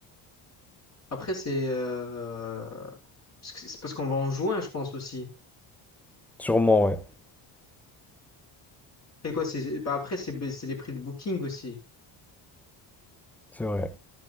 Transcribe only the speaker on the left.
Après, c'est euh, parce que- c'est parce qu'on va en juin, je pense aussi.
C'est quoi? C'est bah, après, c'est bah, c'est les prix de booking aussi.